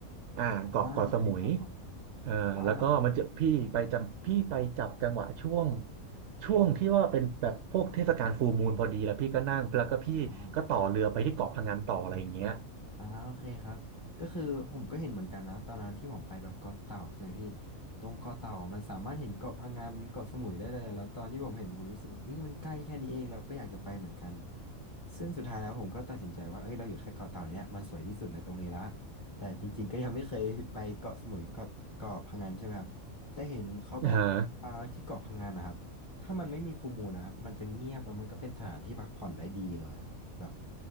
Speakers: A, on the right; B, on the left.
A: อ่าเกาะเกาะสมุย
B: อ่าโอเคครับผม
A: เอ่อแล้วก็มันจะพี่ไปจำพี่ไปจับจังหวะช่วง
B: แต่ว่า
A: ช่วงที่ว่าเป็นแบบพวกเทศกาลฟูลมูนพอดีแล้วพี่ก็นั่งแล้วก็พี่ก็ต่อเรือไปที่เกาะพะงันต่ออะไรอย่างเงี้ย
B: อ๋ออ่าโอเคครับก็คือผมก็เห็นเหมือนกันนะตอนนั้นที่ผมไปแบบเกาะเต่าใช่ไหมพี่ตรงเกาะเต่ามันสามารถเห็นเกาะพะงันเกาะสมุยได้เลยอะแล้วตอนที่ผมเห็นผมรู้สึกว่าเอ้ยมันใกล้แค่นี้เองเราก็อยากจะไปเหมือนกันซึ่งสุดท้ายแล้วผมก็ตัดสินใจว่าเอ้ยเราอยู่แค่เกาะเต่าเนี้ยมันสวยที่สุดในตรงนี้ละแต่จริงๆก็ยังไม่เคยไปเกาะสมุยเกาะเกาะพะงันใช่ไหมครับแต่เห็นเขาบอกว่าอ่าที่เกาะพะงันนะครับถ้ามันไม่มีฟูลมูนนะครับมันจะเงียบแล้วมันก็เป็นสถานที่พักผ่อนได้ดีเลยอะ
A: อ่าฮะ
B: แบบ